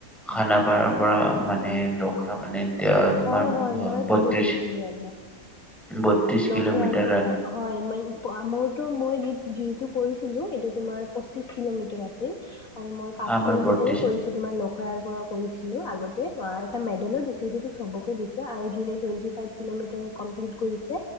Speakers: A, in the centre; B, on the left.
A: খানাপাৰাৰ
B: আচ্ছা
A: পৰা মানে লখৰা মানে তে- তোমাৰ
B: হয় হয় মই
A: বত্ৰিশ
B: তাতে গৈছিলো এবাৰ।
A: বত্ৰিশ
B: লখৰাৰ
A: কিলোমিটাৰ
B: পৰা
A: ৰাণ
B: হয় মই মোৰতো মই যিহেতু কৰিছো ছিলো এইটো তোমাৰ পঁচিশ কিলোমিটাৰ আছে উ <unintelligible> আৰু মই পাঁচ
A: আমাৰ
B: কিলোমিটাৰ
A: বত্ৰিশ
B: কৰিছো তোমাৰ লগ ৰ <inaudible> পৰা কৰিছিলো আগতে লৰা এটা মেডেলো দিছে যিটো চবকে দিছে আৰু যোনে টুৱেণ্টি ফাইভ কিলোমিটাৰ কমপ্লিট কৰিছে